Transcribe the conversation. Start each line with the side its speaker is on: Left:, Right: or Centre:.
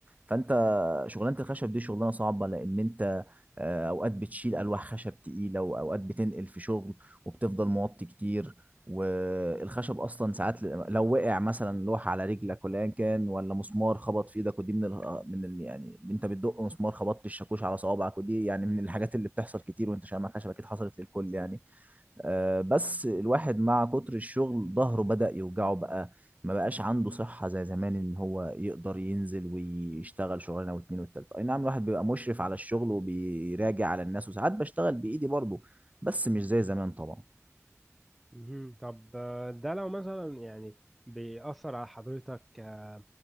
Right: فانت شغلانة الخشب دي شغلانة صعبة لان انت آه، اوقات بتشيل الواح خشب تقيله واوقات بتنقل في شغل وبتفضل موطي كتير والخشب اصلا ساعات ل- لو وقع مثلا لوحه على رجلك ولا ايا كان ولا مسمار خبط في ايدك ودي من ال... آه، من ال... يعني انت بتدق مسمار خبطت الشاكوش على صوابعك ودي يعني من الحاجات اللي بتحصل كتير وانت شامع خشب اكيد حصلت للكل يعني آه، بس الواحد مع كتر الشغل ظهره بدأ يوجعه بقى ما بقاش عنده صحة زي زمان ان هو يقدر ينزل ويشتغل شغلانة واتنين والتالتة اي نعم الواحد بيبقى مشرف على الشغل وبيراجع على الناس وساعات بشتغل بإيدي برضه بس مش زي زمان طبعا
Centre: مهم. طب آه، ده لو مثلا يعني بيأثر على حضرتك آه،